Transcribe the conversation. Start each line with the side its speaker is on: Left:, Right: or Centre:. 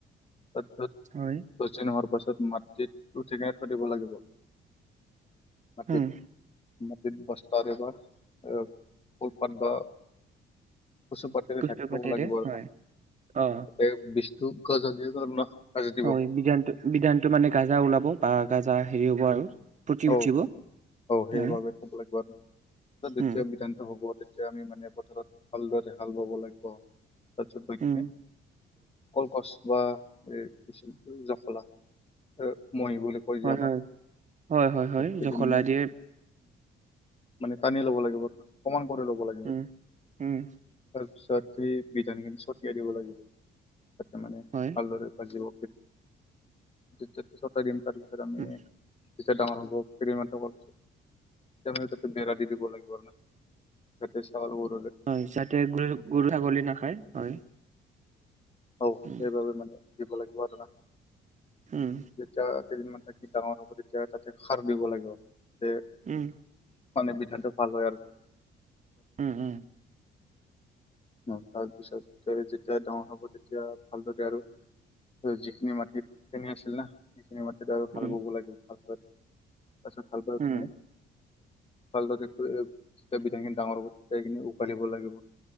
Left: তাৰপিছত
Right: হয়
Left: দহ দ হোৱাৰ তাৰপাছত মাটিত উঠেকনে থৈ দিব লাগিব মাটিত
Right: উম
Left: মাটিত বস্তাৰে বা এ কলপাত বা কচুপাতিৰে
Right: কষ্ট
Left: থাকি থব
Right: পাতিৰে
Left: লাগিব এটা
Right: হয় অ
Left: ত <unintelligible> যদি সাজি দিব
Right: হয় বিধান বিধানটো মানে গাজা ওলাব বা গাজা হেৰি হ'ব আৰু ফুটি
Left: অ
Right: উঠিব
Left: অ সেইবাবে
Right: হয়,
Left: ক'ব লাগিব আৰু দ্বিতীয়
Right: উম,
Left: বিধান্ত হ'ব তেয়া আমি মানে পথাৰত ভালদৰে হাল বাব লাগিব তাৰিছত বখিনি
Right: উম,
Left: কলকচ বা এই এছ জখলা <unintelligible>
Right: হয়,
Left: আমাৰ
Right: হয়, হয়, হয়, হয়
Left: সেইটোদি
Right: জখলা
Left: মানে
Right: দিয়ে
Left: মানে টানি ল'ব লাগিব কমান কৰি ল'ব লাগিব
Right: উম, উম,
Left: তাৰপিছত সেই বিধানখিনি ছটিয়াই দিব লাগিব তাতে মানে
Right: হয়,
Left: ভালদৰে ভিব তাৰত ছটাই দিম তাৰপিছত আমি
Right: উম,
Left: ডাঙৰ হ'ব হ প বেৰা দি দিব লাগিব আৰু ন তাতে চউল
Right: হয় যাতে গৰু গৰু ছাগলী নাখায় হয়
Left: অ
Right: উম,
Left: সেইবাবে মানে দিব লাগিব আৰু না
Right: উম,
Left: ডাঙৰ হ'ব তেতিয়া তাতে সাৰ দিব লাগিব যে
Right: উম,
Left: মানে বিধান্ত ভাল হয় আৰু
Right: উম উম
Left: আহ তাৰপিছতে যেতিয়া ডাঙৰ হ'ব তেতিয়া ভালদকে আৰু যিখিনি মাটিত কেনে আছিল না সেইখিনি মাটিত আৰু <unintelligible>
Right: উম,
Left: লাগিল ভালদৰে তাৰছত ভাল ব উ
Right: উম,
Left: ঠিকনে ভালদৰে যেতিয়া বিধা খিনি ডাঙৰ হ'ব তেতিয়া খিনি উফালিব লাগিব